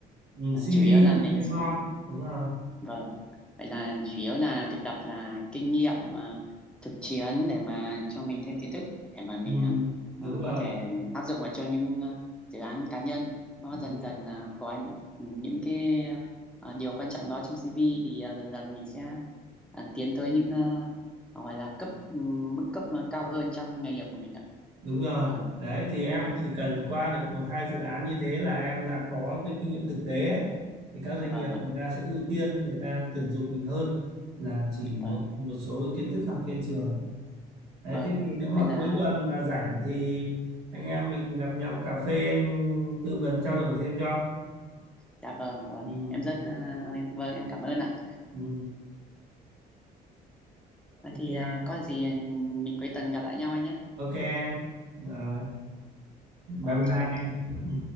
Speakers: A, on the right (about 85°); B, in the centre.
A: ừ,
B: à,
A: CV
B: chủ yếu là
A: thì
B: mình
A: sẽ
B: sẽ
A: ngon đúng rồi
B: Vâng, vậy là chủ yếu là thực tập là kinh nghiệm à, thực chiến để mà cho mình thêm kiến thức để mà mình
A: ừ,
B: à,
A: đúng
B: à,
A: rồi
B: có thể áp dụng vào cho những à, dự án cá nhân nó
A: Ừ.
B: dần dần à, có những những cái à, điều quan trọng đó trong CV thì à, dần dần mình sẽ à, tiến tới những à, gọi là cấp mức cấp mà cao hơn trong nghề nghiệp của mình ạ.
A: đúng rồi
B: Vâng,
A: đấy thì em
B: vâng,
A: chỉ cần qua được một hai dự án như thế là em đã có cái kinh nghiệm thực tế ấy. thì các doanh
B: vâng
A: nghiệp
B: ạ,
A: người ta sẽ ưu tiên người ta tuyển dụng mình hơn là chỉ
B: vâng,
A: một một số kiến thức học trên trường đấy
B: vâng.
A: thế thì nếu mà
B: Vậy là,
A: cuối tuần mà rảnh thì anh em mình gặp nhau cà phê anh tư vấn trao đổi thêm cho
B: dạ vâng, vâng.
A: ừ,
B: Em rất, à, vâng, em cảm ơn ạ.
A: ừ,
B: Vậy
A: ok
B: thì à, có gì mình cuối tuần gặp lại nhau anh nhé.
A: ok em rồi bye
B: Rồi em
A: bye
B: chào anh.
A: ừ.